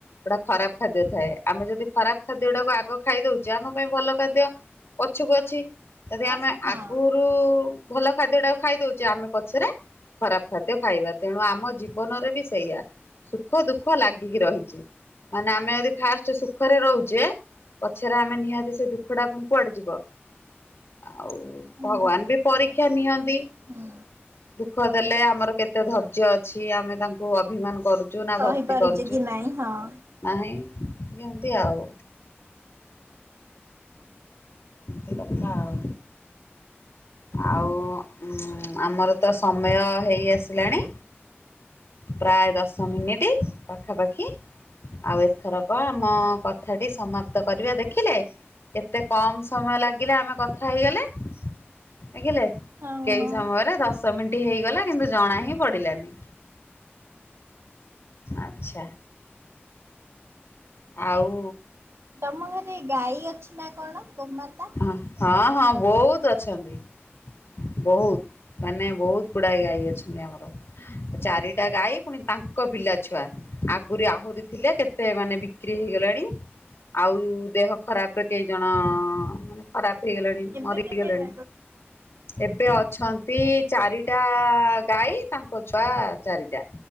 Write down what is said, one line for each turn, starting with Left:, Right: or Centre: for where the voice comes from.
Left: ଗୋଟା ଖରାପ ଖାଦ୍ୟ ଥାଏ ଆମେ ଯଦି ଖରାପ ଖାଦ୍ୟ ଟାକୁ ଆଗ ଖାଇ ଦଉଛେ ଆମ ପାଇଁ ଭଲ ଖାଦ୍ୟ। ପଛକୁ ଅଛି। ଯଦି ଆମେ
Right: ଆସ ହଁ
Left: ଆଗରୁ ଭଲ ଖାଦ୍ୟ ଟାକୁ ଖାଇଦଉଛେ ଆମେ ପଛରେ। ଖରାପ ଖାଦ୍ୟ ଖାଇବା ତେଣୁ ଆମ ଜୀବନରେ ବି ସେଇଆ ସୁଖ ଦୁଃଖ ଲାଗିକି ରହିଛି। ମାନେ ଆମେ ଯଦି ଫାଷ୍ଟ ସୁଖରେ ରହୁଛେ, ପଛରେ ଆମେ ନିହାତି ସେ ଦୁଃଖଟା ପୁଣି କୁଆଡେ ଯିବ, ଆଉ
Right: ହୁଁ
Left: ଭଗବାନ
Right: ଭୋଗିବାକୁ
Left: ବି ପରୀକ୍ଷା
Right: ତ ପଡ଼ିବ।
Left: ନିଅନ୍ତି, ଦୁଃଖ ଦେଲେ ଆମର କେତେ ଧୈର୍ଯ୍ୟ ଅଛି ଆମେ ତାଙ୍କୁ ଅଭିମାନ କରୁ, ଚୁନା
Right: ସହିପାରୁଛି
Left: ଭକ୍ତି କରୁଛୁ,
Right: କି ନାଇଁ ହଁ
Left: ନାହିଁ ଯେମିତି ଆଉ, କଥା ଆଉ, ଆଉ ଉଁ ଆମର ତ ସମୟ ହେଇ ଆସିଲାଣି, ପ୍ରାୟ ଦଶ ମିନିଟି ପାଖାପାଖି, ଆଉ ଏଥର କଁ ଆମ କଥାଟି ସମାପ୍ତ କରିବା ଦେଖିଲେ, କେତେ କମ ସମୟ ଲାଗିଲା ଆମେ କଥା ହେଇଗଲେ, ଦେଖିଲେ
Right: ହଁ
Left: କେହି
Right: ହଁ।
Left: ସମୟରେ ଦଶ ମିନିଟି ହେଇଗଲା କିନ୍ତୁ ଜଣା ହିଁ ପଡ଼ିଲାନି, ଆଚ୍ଛା, ଆଉ,
Right: ତମ ଘରେ ଗାଈ ଅଛି ନା କଣ ଗୋଉ ମାତା?
Left: ହଁ-ହଁ-ହଁ ବହୁତ୍ ଅଛନ୍ତି, ବହୁତ୍ ମାନେ ବହୁତ୍ ଗୁଡାଏ ଗାଈ ଅଛନ୍ତି ଆମର, ଚାରିଟା ଗାଈ ପୁଣି ତାଙ୍କ ପିଲା ଛୁଆ, ଆଗୁରି ଆହୁରି ଥିଲେ କେତେ ମାନେ ବିକ୍ରି ହେଇଗଲାଣି, ଆଉ ଦେହ ଖରାପ୍ ପେ କେେଇ ଜଣ, ମାନେ ଖରାପ୍ ହେଇଗଲାଣି
Right: ଏବେ
Left: ମରିଗଲେଣି
Right: କେତେଟା
Left: ଏବେ ଅଛନ୍ତି, ଚାରିଟା ଗାଈ ତାଙ୍କ ଛୁଆ ଚାରିଟା